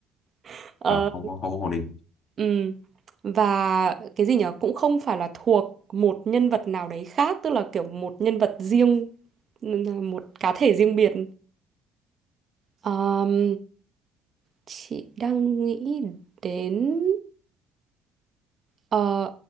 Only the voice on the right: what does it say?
<laughs> Ờ,
ừm. và cái gì nhở cũng không phải là thuộc một nhân vật nào đấy khác tức là kiểu một nhân vật riêng một cá thể riêng biệt Ờm, chị đang nghĩ đến Ờ,